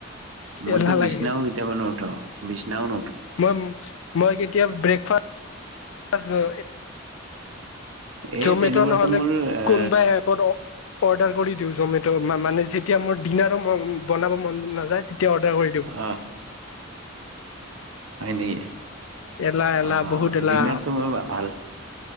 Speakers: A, on the right; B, on the left.
A: মইতো
B: এলাহ
A: বিচনাও
B: লাগে
A: কেতিয়াবা নুঠাও বিছনাওন
B: মই মই এতিয়া ব্ৰেকফাষ্ট
A: এই
B: জমেট'
A: তেনেকুৱাতো
B: নহলে
A: মোৰ এ
B: কোনবা এপত অৰ্ডাৰ কৰি দিওঁ জমেট মানে যেতিয়া মোৰ ডিনাৰো মন বনাব মন নাযায় তেতিয়া অৰ্ডাৰ কৰি দিওঁ
A: অ হয় নেকি
B: এলাহ এলাহ
A: অঁ
B: বহুত এলাহ
A: ডিনাৰটো মই ভাল